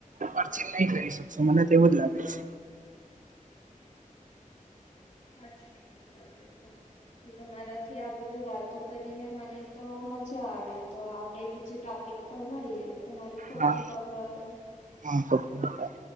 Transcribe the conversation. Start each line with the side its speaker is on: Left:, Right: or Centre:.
Right: અર્ચીવ નહી કરી શકશો મને તો એવું જ લાગે છે
Left: સાચું કીધું તમે તો તમારાથી આ બધું વાત તો કરીને મને તો મજા આવે તો આપડે બીજું ટોપિક પણ મળીએ તમારુ ખુબ
Right: હા
Left: ખુબ આભાર
Right: હા ખૂબ ખૂબ આભાર